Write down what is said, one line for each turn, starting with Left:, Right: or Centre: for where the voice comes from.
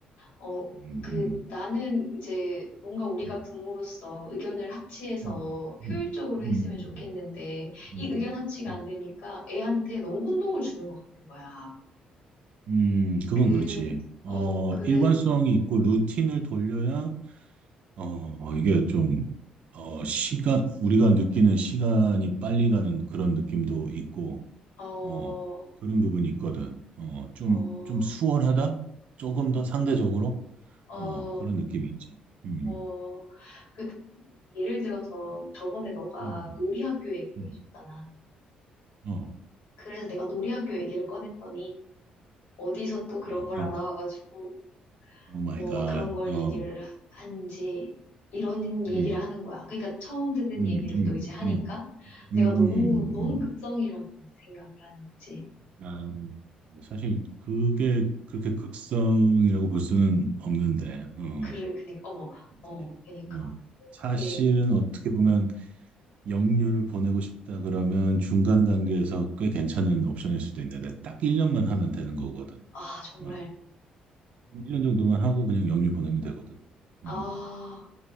Left: 어,
Right: 음,
Left: 그,
Right: 음,
Left: 나는 이제 뭔가 우리가
Right: 음,
Left: 부모로서 의견을 합치해서
Right: 음, 음,
Left: 효율적으로
Right: 음,
Left: 했으면
Right: 음,
Left: 좋겠는데,
Right: 음,
Left: 이 의견 합치가
Right: 음,
Left: 안 되니까 애한테 너무 혼동을 주는 것 같은 거야.
Right: 음, 그건
Left: 그,
Right: 그렇지. 어,
Left: 어, 그래.
Right: 일관성이 있고 루틴을 돌려야 어, 이게 좀 어, 시간 우리가 느끼는 시간이 빨리 가는 그런 느낌도 있고
Left: 어,
Right: 어, 그런 부분이 있거든. 어, 좀,
Left: 어,
Right: 좀 수월하다? 조금
Left: 응,
Right: 더 상대적으로
Left: 어,
Right: 어, 그런 느낌이 있지. 음,
Left: 어, 그, 예를 들어서 저번에 너가
Right: 음,
Left: 놀이학교 얘기를
Right: 음,
Left: 해줬잖아.
Right: 어,
Left: 그래서 내가 놀이학교 얘기를 꺼냈더니 어디서 또 그런
Right: 또,
Left: 걸
Right: 어,
Left: 알아와가지고
Right: 오 마이
Left: 뭐
Right: 갓.
Left: 그런 걸
Right: 어,
Left: 얘기를 하- 하는지 이런 얘기를
Right: 음.
Left: 하는 거야. 그러니까 처음 듣는
Right: 음,
Left: 얘기를
Right: 음,
Left: 또 이제 하니까
Right: 음,
Left: 내가
Right: 음,
Left: 너무
Right: 음, 음,
Left: 너무
Right: 음. 음.
Left: 극성이라고 이제 생각을 하는 거지.
Right: 아, 사실 그게 그렇게 극성이라고 볼 수는 없는데, 어,
Left: 그래, 그니까 어머,
Right: 그치.
Left: 어, 그니까
Right: 어.
Left: 뭐
Right: 사실은
Left: 그게
Right: 어떻게 보면
Left: 음,
Right: 영유를 보내고 싶다 그러면 중간 단계에서 꽤 괜찮은 옵션일 수도 있는데 딱 1년만 하면 되는 거거든.
Left: 아 정말.
Right: 그거는 1년 정도만 하고 그냥 영유 보내면 되거든.
Left: 아,
Right: 음,